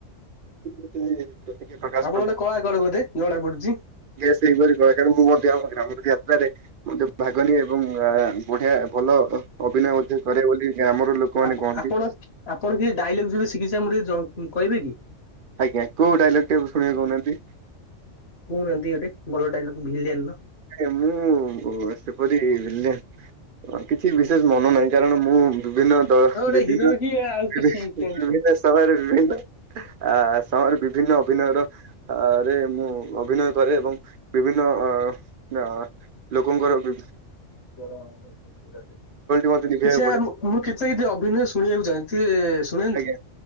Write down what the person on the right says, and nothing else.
<unintelligible> ପ୍ରକାଶ
ଗେସ୍ ହେଇକରି କହେ, କାରଣ ମୁଁ ମଧ୍ଯ ଗ୍ରାମର ଯାତ୍ରାରେ ମଧ୍ୟ ଭାଗ ନିଏ ଏବଂ ଆଁ ବଢିଆ ଭଲ ଅଭିନୟ ମଧ୍ୟ କରେ ବୋଲି, ଗ୍ରାମର ଲୋକମାନେ
କହନ୍ତି।
ଆଜ୍ଞା। କୋଉ ଡାଇଲଗଟିଏ ଶୁଣିବେ କହୁନାହାଁନ୍ତି?
ଆଏ ମୁଁ ସେପରି ଭିଲିଆନ ହ କିଛି ବିଶେଷ ମନ ନାହିଁ। କାରଣ ମୁଁ ବିଭିନ୍ନ ଦ
ବିଭିନ୍ନ
ବିଭି-ବିଭିନ୍ନ
ସମୟରେ ବିଭିନ୍ନ ଆ ସମୟରେ ବିଭିନ୍ନ ଅଭିନୟର ଆ ରେ ମୁଁ ଅଭିନୟ କରେ ଏବଂ ବିଭିନ୍ନ ଅ ନା, ଲୋକଙ୍କର ବି
ମତେ ନିଭେଇବାକୁ
ପଡେ
ଆଜ୍ଞା।